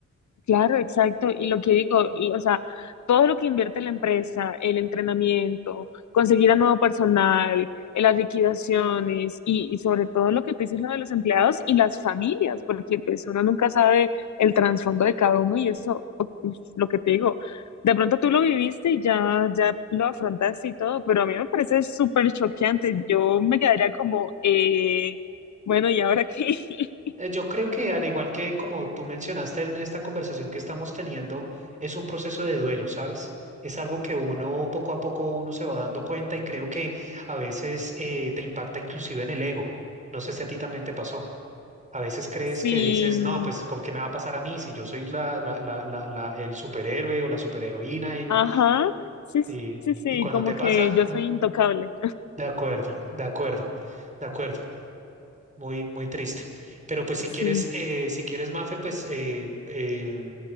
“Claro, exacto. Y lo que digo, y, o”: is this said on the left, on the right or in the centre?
Left